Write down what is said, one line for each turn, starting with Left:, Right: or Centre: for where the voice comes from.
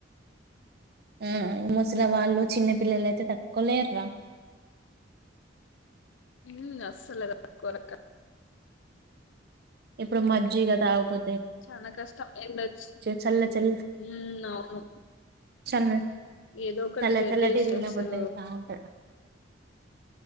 Right: ఆ ముసలా వాళ్ళు చిన్న పిల్లలయితే తట్టుకో లేర్రా
Left: ఉ అస్సలే తట్టుకోరు అక్క
Right: ఇప్పుడు మజ్జి కదా తాగిపోతు
Left: చాల కష్టం ఎండ వచ్చు
Right: చల్ల చల్ల
Left: ఉ అవును
Right: చల్ల
Left: ఏదో ఒకటి
Right: చల్ల
Left: ఇగా
Right: చల్లటివి
Left: జ్యూసెస్
Right: తినబుద్ది
Left: ఉ
Right: అయితా ఉంటది